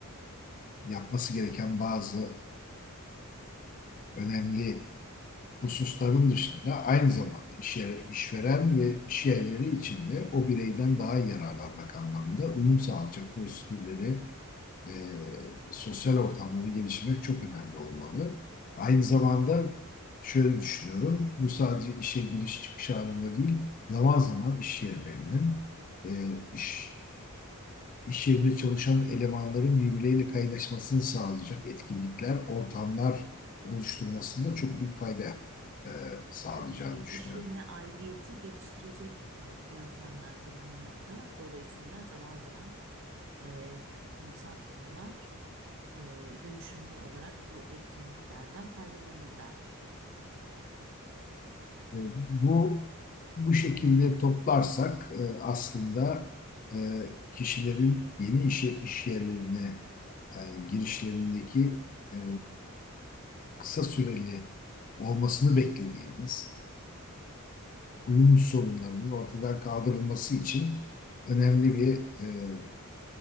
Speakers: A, on the left; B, on the right.
A: e, yapması gereken bazı önemli hususların dışında aynı zamanda iş yeri- işveren ve iş yerleri içinde o bireyden daha yararlanmak anlamında uyum sağlayacak prosedürleri e, sosyal ortamları gelişmek çok önemli olmalı. Aynı zamanda
B: Evet,
A: şöyle düşünüyorum, bu sadece işe giriş çıkış anında değil, zaman zaman iş yerlerinin, e, iş, iş yerinde çalışan elemanların birbirleriyle kaynaşmasını sağlayacak etkinlikler, ortamlar oluşturmasında çok büyük fayda e, sağlayacağını
B: tabii ki iş
A: düşünüyorum.
B: yerine aidiyeti geliştirecek e, yöntemlerdir bunlar da. Dolayısıyla zaman zaman e, kurumsal firmalar e, dönüşümlü olarak bu etkinliklerden faydalanırlar.
A: E, Bu bu şekilde toplarsak e, aslında e, kişilerin yeni iş, iş yerlerine e, girişlerindeki e, kısa süreli olmasını beklediğimiz uyum sorunlarının ortadan kaldırılması için önemli bir e,